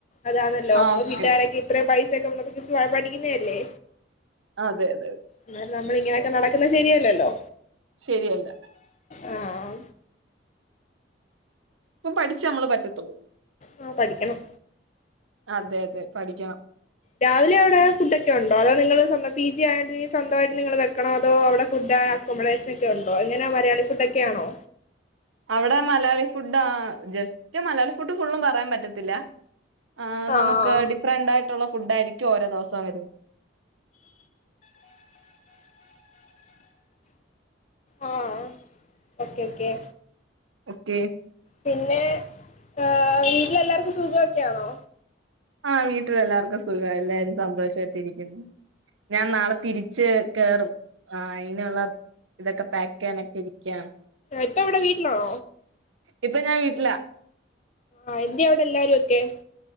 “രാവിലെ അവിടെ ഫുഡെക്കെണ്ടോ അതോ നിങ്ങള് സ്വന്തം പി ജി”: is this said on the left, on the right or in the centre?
Left